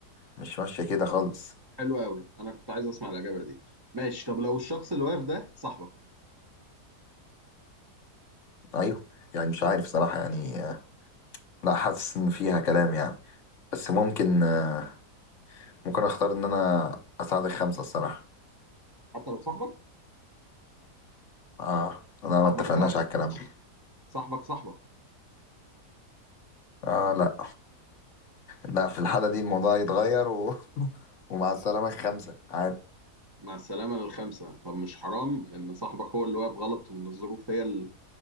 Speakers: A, on the left; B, on the right.
A: مش ماشية كده خالص
B: حلو قوي انا كنت عايز اسمع الاجابة دي ماشي طب لو الشخص اللي واقف ده صاحبك
A: ايوه يعني مش عارف صراحة يعني لا حاسس ان فيها كلام يعني بس ممكن آه، ممكن اختار ان انا اساعدك خمسة الصراحة
B: حتى لو صاحبك
A: اه لا
B: صاحبك
A: ما اتفقناش
B: ده
A: على الكلام ده
B: صاحبك صاحبك
A: اه لا لا في الحالة دي الموضوع يتغير و... <laughs> ومع السلامة خمسة عادي
B: مع السلامة للخمسة طب مش حرام إن صاحبك هو اللي واقف غلط وإن الظروف هي ال-